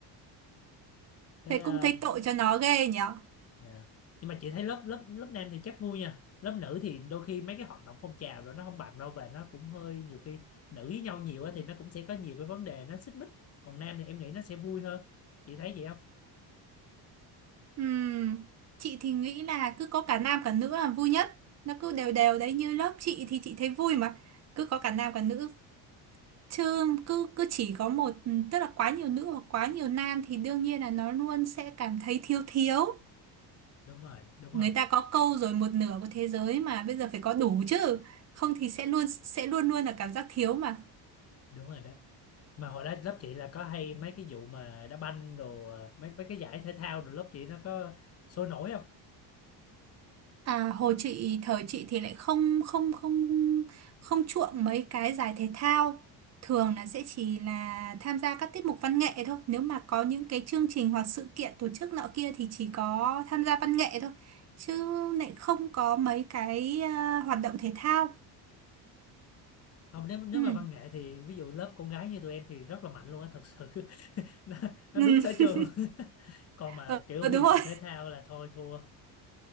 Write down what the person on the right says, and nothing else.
Thế
cũng thấy tội cho nó ghê nhở
Ừm, Chị thì nghĩ là cứ có cả nam cả nữ là vui nhất. Nó cứ đều đều đấy như lớp chị thì chị thấy vui mà. Cứ có cả nam cả nữ. Chứ cứ cứ chỉ có một tức là quá nhiều nữ hoặc quá nhiều nam thì đương nhiên là nó luôn sẽ cảm thấy thiếu thiếu.
Người ta có câu rồi một nửa của thế giới mà bây giờ phải có đủ chứ. Không thì sẽ luôn sẽ luôn luôn là cảm giác thiếu mà.
À, hồi chị thời chị thì lại không không không không chuộng mấy cái giải thể thao thường là sẽ chỉ là tham gia các tiết mục văn nghệ thôi nếu mà có những cái chương trình hoặc sự kiện tổ chức nọ kia thì chỉ có tham gia văn nghệ thôi chứ lại không có mấy cái à, hoạt động thể thao
ừ.
Ừ.
<laughs>
Ờ,
đúng
rồi